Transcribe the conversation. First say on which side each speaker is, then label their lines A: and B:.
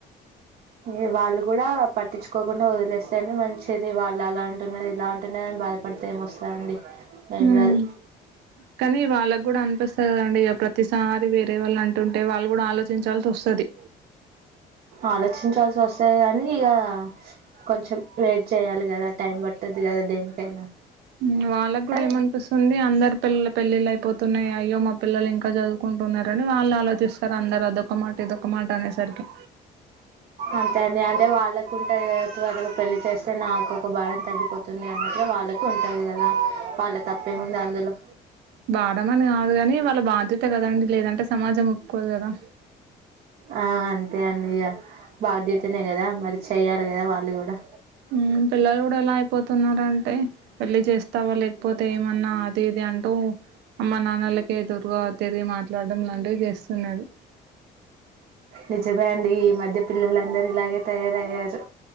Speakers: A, on the right; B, on the right.
A: ఏ వాళ్ళు కూడా పట్టించుకోకుండా వదిలేస్తేనే మంచిది వాళ్ అలా అంటున్నరు ఇలా అంటున్నారు అని బాద ఇస్తా అండి ఏం
B: ఉమ్
A: కాదు.
B: కానీ వాళ్ళక్ గుడా అనిపిస్తద్ కదండి ఇగ ప్రతిసారి వేర్ రే వాళ్ళంటుంటే వాళ్ళు గుడా ఆలోచించాల్స్ వస్తది.
A: ఆలోచించాల్సి వస్తది కానీ ఇగ కొంచెం వెయిట్ చేయాలి గదా టైం పట్టు ద్ది కదా దేనికైనా
B: మ్ వాళ్ళక్ కూడా
A: కానీ
B: ఏమన్పిస్తుంది అందర్ పిల్లల పెళ్ళిళ్ళు అయిపోతున్నాయి అయ్యో మా పిల్లలు ఇంకా చదువుకుంటున్నార్ రు. వాళ్ ఆలోచిస్తరు అందర్ అదొక మాట ఇదొక మాట అనేసర్కి.
A: అంతే అండి అంటే వాళ్ళకుంటదిగ త్వరగా పెళ్లి చేస్తే నాకు ఒక భారం తగ్గిపో తుంది అన్నట్టుగ వాళ్ళకి ఉంటది కదా వాళ్ళ తప్పేముంది అందులో
B: బారమని కాదు కని వాళ్ళ బాధ్యత కదండి లేదంటే సమాజం ఒప్పుక్కోదు గదా
A: ఆ అంతే అండి ఇగ బాధ్యతనే గదా మరి చెయ్యాలి కదా వాళ్ళు గుడా
B: మ్ పిల్లలు గుడా ఎలా అయిపోతున్నారంటే పెళ్ళి చేస్ స్తావా లేక్పోతే ఏమన్నా అది ఇది అంటూ అమ్మ నాన్నలకె ఎదురుగా తిరిగి మా మాట్లాడ్డం లాంటివి చేస్తున్నారు.
A: నిజమే అండి ఈ మధ్య పిల్లలందరు ఇలాగే తయారయ్యారు